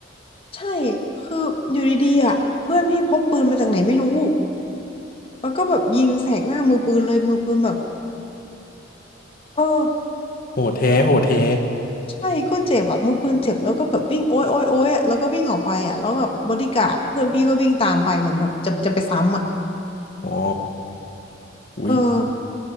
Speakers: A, on the left (about 30°); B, on the left (about 50°).
A: ใช่คืออยู่ดีๆอ่ะเพื่อนพี่พกปืนมาจากไหนไม่รู้แล้วก็แบบยิงแสกหน้ามือปืนเลยมือปืนแบบเออ
B: <laughs> โหดแท้โหดแท้
A: ใช่ก็เจ็บอ่ะมือปืนเจ็บแล้วก็แบบวิ่งโอ๊ยโอ๊ยโอ๊ยอ่ะแล้วก็วิ่งออกไปอ่ะแล้วแบบบอดี้การ์ดเพื่อนพี่ก็วิ่งตามไปเหมือนแบบจะจะไปซ้ำอ่ะ
B: อ๋ออุ้ย
A: เออ